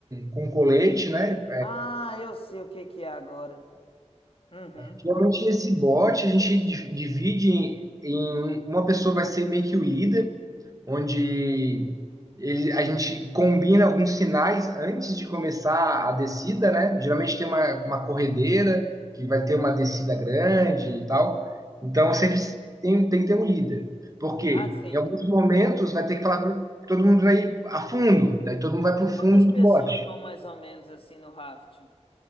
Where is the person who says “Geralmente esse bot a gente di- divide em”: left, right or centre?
Right